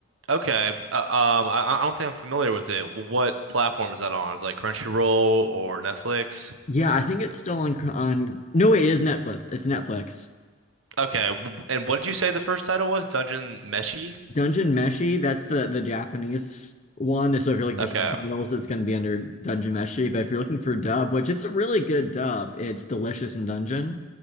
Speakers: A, on the right; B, on the left.
A: Okay. Uh, um, I, I don't think I'm familiar with it. What platform is that on? Is it like Crunchyroll or Netflix?
B: Yeah, I think it's still on on No, wait, it is Netflix. It's Netflix.
A: Okay. w- And what did you say the first title was? Dungeon Meshi?
B: Dungeon Meshi, that's the the Japanese one. So if you're looking
A: Okay.
B: for subtitles, it's going to be under Dungeon Meshi, but if you're looking for dub, which it's a really good dub, it's Delicious in Dungeon.